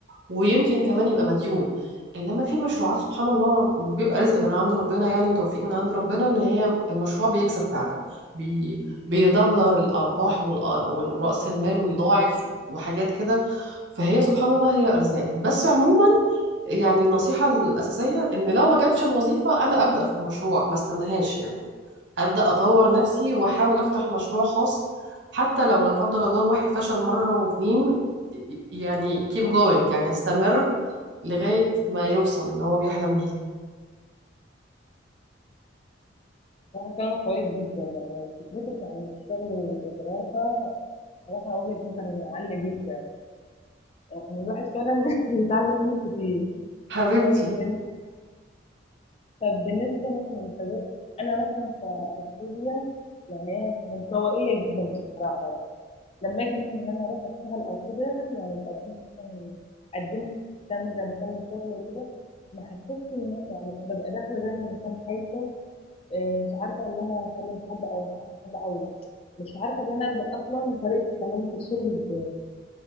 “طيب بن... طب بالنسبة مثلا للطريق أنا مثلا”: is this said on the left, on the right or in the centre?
Left